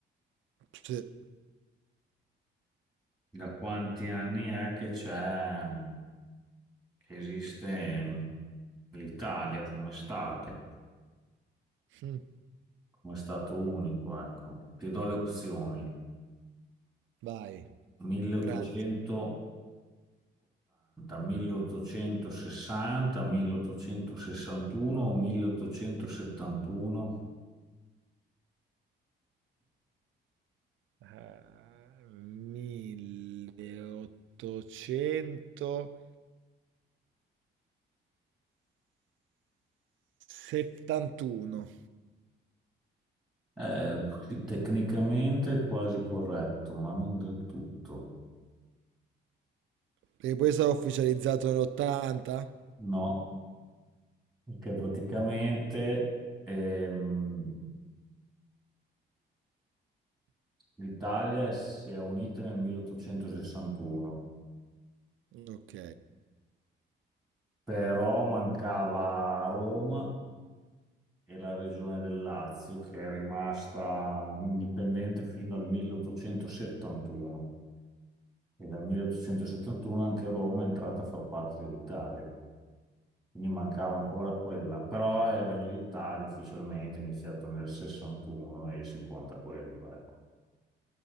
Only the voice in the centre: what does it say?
da quanti anni è che c'è, mm, che esiste mh, l'Italia come Stato,
come Stato unico, ecco. Ti do le opzioni.
1880,
1860, 1861 o 1871?
Eh, sì, tecnicamente è quasi corretto, ma non del tutto.
No, Che praticamente ehm, l'Italia si è unita nel 1861,
però mancava Roma e la regione del Lazio, che è rimasta indipendente fino al 1871. E dal 1871 anche Roma è entrata a far parte dell'Italia, quindi mancava ancora quella, però il Regno d'Italia ufficialmente è iniziato nel 61 e si conta quello, ecco.